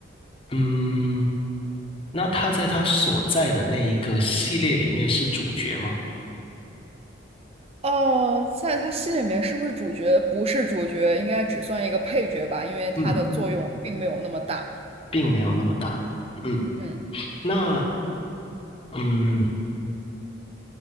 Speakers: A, on the left; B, on the right.
A: 嗯，那他在他所在的那一个系列里面是主角吗？
B: 哦，在它戏里面是不是主角？不是主角，应该只算一个配角吧，因为它的作用并没有那么大。
A: 嗯，并没有那么大。嗯，
B: 嗯，
A: 那嗯，